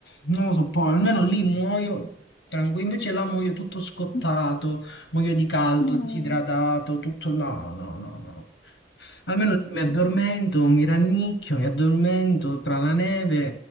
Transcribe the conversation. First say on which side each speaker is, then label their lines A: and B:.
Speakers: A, on the left; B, on the left.
A: non lo sopporto, almeno lì muoio tranquillo, invece là muoio tutto scottato,
B: <laughs>
A: muoio di caldo,
B: Ah,
A: disidratato, tutto no, no, no, no. Almeno
B: ok.
A: lì mi addormento, mi rannicchio, mi addormento tra la neve,